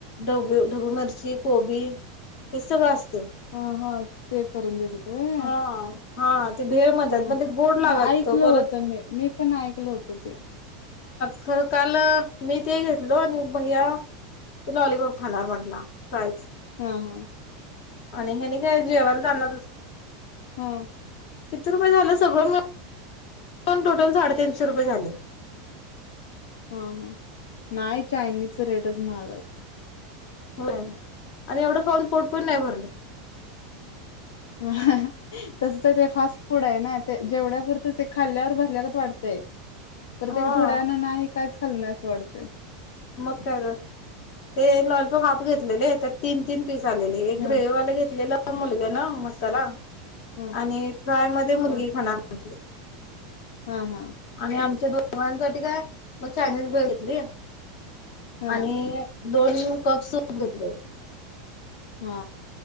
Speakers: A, on the left; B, on the left.
A: ढब ढबू मिरची कोबी हे सगळं अस
B: हा हा ते करून देतात होय.
A: हा. हा. ते भेळ म्हणतात
B: हो
A: पण ते गोड लागायचं
B: ऐकलं
A: परत
B: होतं म मी पण ऐकलं होत ते
A: खर काल मी ते घेतलो आणि भैया ते लॉलीपॉप खाणार म्हंटला कायच
B: हा हा.
A: आणि हे जेवण चालणार स
B: हं
A: किती रुपये झालं सगळं टोटल साडेतीनशे रुपये झाले.
B: हं नाही चायनीज रेटच महाग आहेत.
A: हो आणि एवढं खाऊन पोट पण नाही भरल
B: <unintelligible> तसग का फास्ट फूड आहे ना ते जेवढ्यापुरत ते खाल्ल्यावर भरल्यागत वाटतंय. प्रत्येक
A: हा
B: थोड्याना नाही काईच खालण्यास वाढते.
A: मग का ते लॉलपॉप हाफ घेतलेले त्या तीन तीन तेच आलेले एक
B: हां
A: ग्रे वाल घेतलेल. मुलगा ना मसाला
B: हां
A: आणि फ्राय म मुलगी
B: हां
A: खाना म्हटली
B: हां हां
A: आणि आमच्या दोन तंसाठी काय मग छ भेळ घेतली
B: हां
A: आणि दोन कप सध घेतले
B: हा